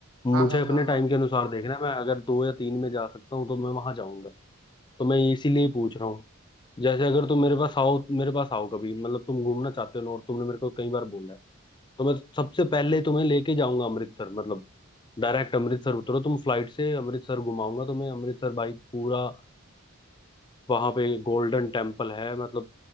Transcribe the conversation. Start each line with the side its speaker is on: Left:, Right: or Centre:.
Left: मुझे
Right: हाँ हाँ
Left: अपने
Right: हाँ
Left: टाइम
Right: हाँ
Left: के अनुसार देखना है मैं अगर दो या तीन में जा सकता हूँ तो मैं वहां जाऊंगा तो मैं इसीलिए पूछ रहा हूँ जैसे अगर तुम मेरे पास आओ मेरे पास आओ कभी मतलब तुम घूमना चाहते हो और तुमने मेरे को कई बार बोला है तो मैं सबसे पहले तुम्हें लेके जाऊंगा अमृतसर मतलब डायरेक्ट अमृतसर उतरो तुम फ्लाइट से अमृतसर घुमाऊंगा तुम्हें अमृतसर भाई पूरा वहां पे गोल्डन टेम्पल है मतलब